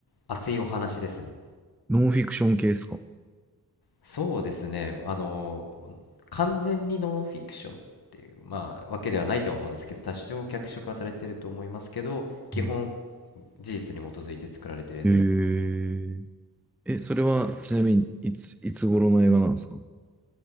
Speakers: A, on the left; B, in the centre.
A: 熱いお話ですね。
B: ノンフィクション系ですか
A: そうですね。あの、完全にノンフィクションっていう、まあ、わけではないとは思うんですけど、多少脚色はされてると思いますけど、基本、
B: うん。
A: 事実に基づいて作られてるやつです。
B: えええ、それはちなみにいつ、いつ頃の映画なんですか